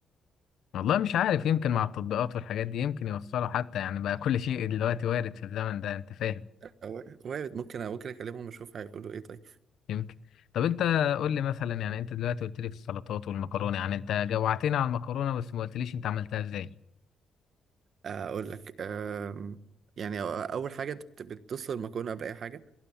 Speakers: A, on the left; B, on the right.
A: والله مش عارف يمكن مع التطبيقات والحاجات دي يمكن يوصلوا حتى يعني بقى كل شيء دلوقتي وارد في الزمن ده انت فاهم
B: أو- وارد ممكن ممكن اكلمهم اشوف هيقولوا ايه طيب
A: يمكن طب انت قول لي مثلا يعني انت دلوقتي قلت لي في السلطات والمكرونه يعني انت جوعتني على المكرونه بس ما قلتليش انت عملتها ازاي
B: آه، اقول لك أم... يعني أ- اول حاجه انت بت- بتسلق المكرونه قبل اي حاجه